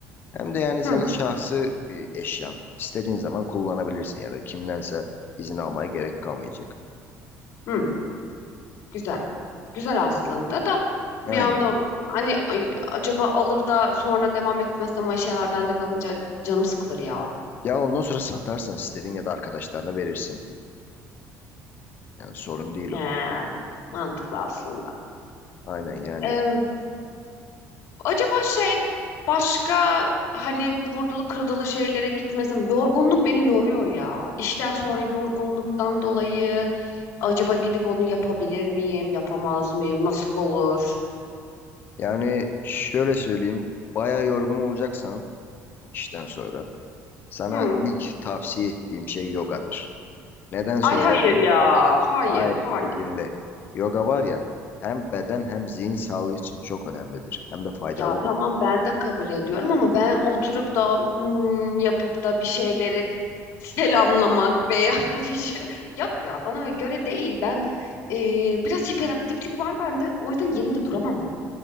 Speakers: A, on the left; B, on the left.
A: hem de yani senin
B: Hı,
A: şahsi bir eşyan. İstediğin zaman kullanabilirsin ya da kimdense izin almaya gerek kalmayacak.
B: hı, güzel. Güzel aslında da bir
A: Aynen.
B: anda hani ay, acaba alır da sonra devam etmezsem o şeyler bende kalınca canım sıkılır ya.
A: Ya ondan sonra satarsın istediğin ya da arkadaşlarına verirsin. Yani sorun değil
B: He,
A: o.
B: mantıklı aslında.
A: Aynen yani
B: Ee, acaba şey başka hani vurdulu kırdılı şeylere gitmesem yorgunluk beni yoruyor ya. İşten sonra yorgunluktan dolayı acaba gidip onu yapabilir miyim, yapamaz mıyım, nasıl olur?
A: Yani şöyle söyleyeyim, bayağı yorgun olacaksan işten sonra sana
B: Hı.
A: ilk tavsiye ettiğim şey yogadır. Neden söylersin?
B: Ay hayır ya. Hayır,
A: Hayır,
B: hayır.
A: bir dinle. Yoga var ya, hem beden hem zihin sağlığı için çok önemlidir. Hem de faydalıdır.
B: Ya tamam ben de kabul ediyorum ama ben oturup da hmm, yapıp da bir şeyleri selamlamak veya <laughs> bir şey yok ya bana göre değil. Ben eee, biraz hiperaktiflik var bende. O yüzden yerimde duramam ben.